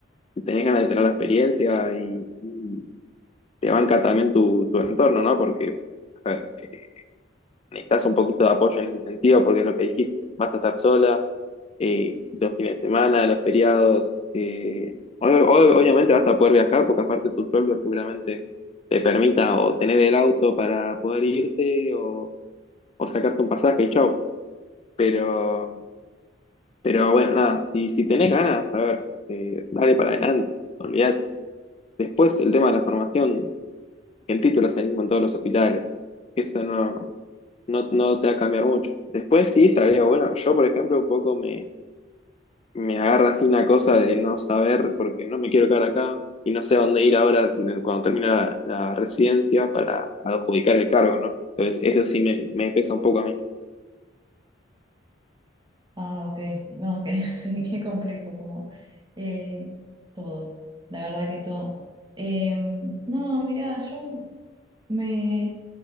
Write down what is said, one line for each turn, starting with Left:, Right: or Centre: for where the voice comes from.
Left: si tenés ganas de tener la experiencia y, y te banca también tu, tu entorno, ¿no? Porque, a ver, eh, necesitas un poquito de apoyo en ese sentido, porque es lo que dijiste, vas a estar sola, eh, los fines de semana, los feriados. eh, o- o- obviamente vas a poder viajar porque aparte tu sueldo seguramente te permita o tener el auto para poder irte o, o sacarte un pasaje y chau. Pero, pero bueno, nada, si, si tenés ganas, a ver, eh, dale para adelante, olvidate. Después el tema de la formación, el título es el mismo en todos los hospitales. Eso no, no, no te va a cambiar mucho. Después sí, estaría bueno. Yo, por ejemplo, un poco me me agarra así una cosa de no saber porque no me quiero quedar acá y no sé a dónde ir ahora eh, cuando termine la, la residencia para adjudicar el cargo, ¿no? Entonces eso sí me, me pesa un poco a mí.
Right: Ah, ok, no, ok, <laughs> sí, qué complejo como eh, todo, la verdad que todo. Em, no, mira, yo me...